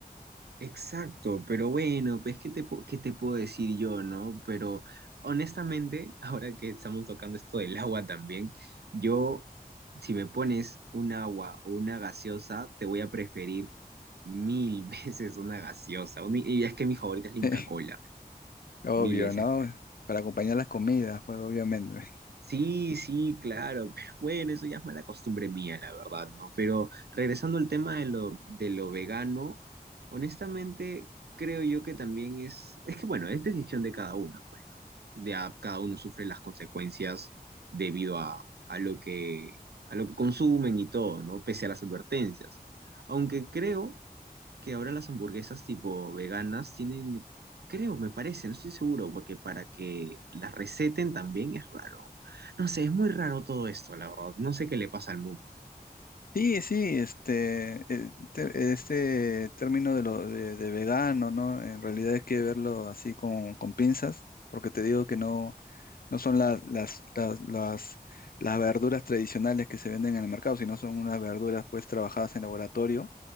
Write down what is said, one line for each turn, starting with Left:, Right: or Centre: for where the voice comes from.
Right: Exacto, pero bueno, pues ¿qué te, pu- qué te puedo decir yo, no? Pero honestamente, <laughs> ahora que estamos tocando esto del agua también, yo, si me pones un agua o una gaseosa, te voy a preferir mil <laughs> veces una gaseosa. Una- y es que mi favorita es la Inca
Left: <laughs>
Right: Kola,
Left: Obvio,
Right: mil veces
Left: ¿no? Para acompañar las comidas, pues obviamente.
Right: Sí, sí, claro, pero bueno, eso ya es mala costumbre mía, la verdad, ¿no? Pero regresando al tema de lo, de lo vegano, honestamente creo yo que también es, es que bueno, es decisión de cada uno, pues, ¿no? De a- cada uno sufre las consecuencias debido a, a lo que, a lo que consumen y todo, ¿no? Pese a las advertencias. Aunque creo que ahora las hamburguesas tipo veganas tienen, creo, me parece, no estoy seguro, porque para que las receten también es raro. No sé, es muy raro todo esto, la verdad. No sé qué le pasa al mundo.
Left: Sí, sí, este, eh, te- este término de lo de, de vegano, ¿no? En realidad hay que verlo así con, con pinzas, porque te digo que no, no son las, las, las, las, las verduras tradicionales que se venden en el mercado, sino son unas verduras pues trabajadas en laboratorio,